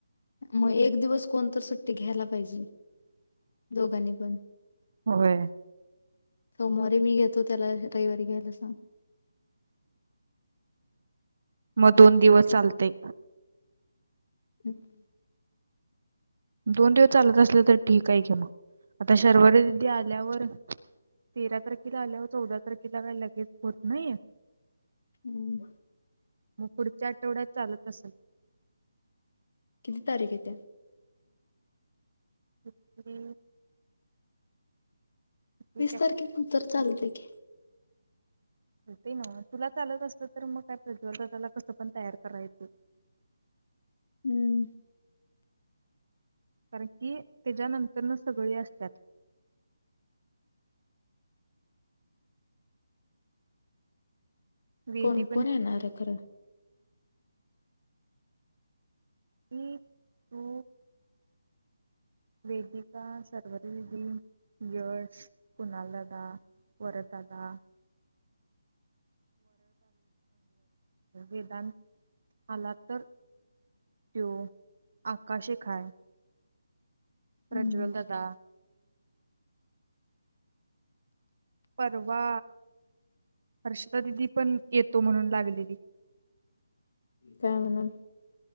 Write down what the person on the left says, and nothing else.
मग एक दिवस कोणत सुट्टी घ्यायला पाहिजे दोघांनी पण.
सोमवारी मी घेतो त्याला रविवारी घ्यायला सांग.
हम्म.
हम्म.
किती तारीेख येत्या
वीस तारखेनंतर चालत की.
हम्म.
कोण
कोण येणार आहे खरं
हम्म.
काय म्हणून